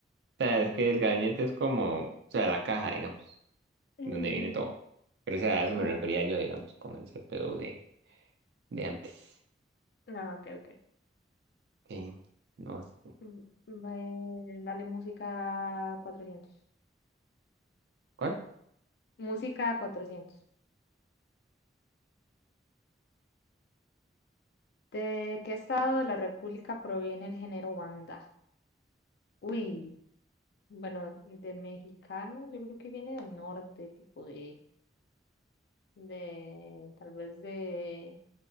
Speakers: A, on the right; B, on the left.
A: sea,
B: Mm,
A: es
B: mm,
A: que el gabinete es como. O sea, la caja, digamos.
B: Mm,
A: donde viene todo. Pero o sea, a eso
B: ok,
A: me refería yo, digamos, con el CPU de, de antes.
B: ah, ok, ok.
A: Ok, no sé.
B: Mm, ve- dale música cuatrocientos
A: ¿Cuál?
B: Música cuatrocientos ¿De qué estado de la República proviene el género banda? Uy, bueno, de mexicano, yo creo que viene del norte, tipo de, de, tal vez de,